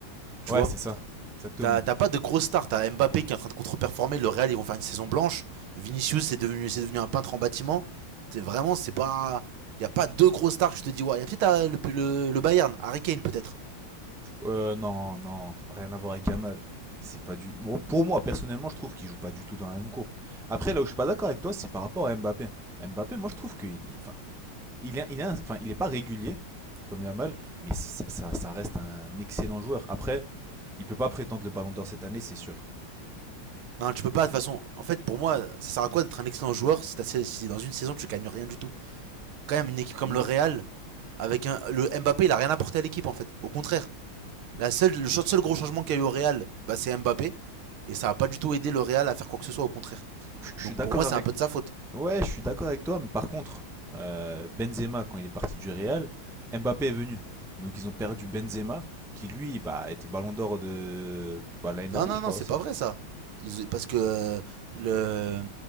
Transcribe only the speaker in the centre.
Ouais,
c'est ça, exactement.
Euh, non, non, rien à voir avec Amal. C'est pas du. bon, pour moi, personnellement, je trouve qu'il joue pas du tout dans la même cour. Après, là où je suis pas d'accord avec toi, c'est par rapport à Mbappé. Mbappé, moi, je trouve qu'il est, enfin, il est, il est, un- enfin, il est pas régulier comme Yamal, mais c'est- ça, ça reste un excellent joueur. Après, il peut pas prétendre le Ballon d'Or cette année, c'est sûr.
Oui.
Je je
suis d'accord
avec
Ouais, je suis d'accord avec toi, mais par contre, euh, Benzema, quand il est parti du Real, Mbappé est venu. Donc ils ont perdu Benzema, qui lui, bah, était ballon d'or de bah, l'année dernière,
je crois,
ouais, ça.